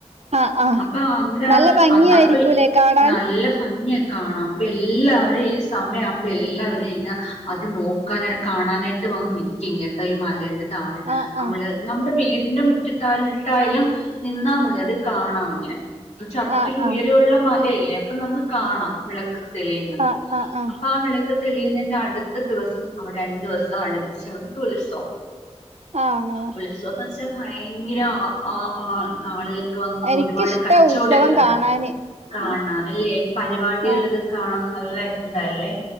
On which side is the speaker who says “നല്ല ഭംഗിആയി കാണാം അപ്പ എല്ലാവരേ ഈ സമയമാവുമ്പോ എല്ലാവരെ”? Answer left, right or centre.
Left